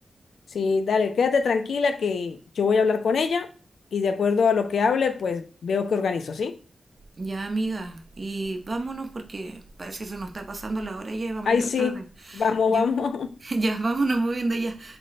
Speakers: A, on the left (about 85°); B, on the right (about 45°).
A: Sí, dale, quédate tranquila que yo voy a hablar con ella y de acuerdo a lo que hable, pues veo que organizo, ¿sí?
B: Ya, amiga, y vámonos porque parece que se nos está pasando la hora ya y vamos
A: Ay,
B: a llegar
A: sí,
B: tarde.
A: vamos,
B: Ya,
A: vamos.
B: <laughs>
A: <laughs>
B: ya, vámonos moviendo ya.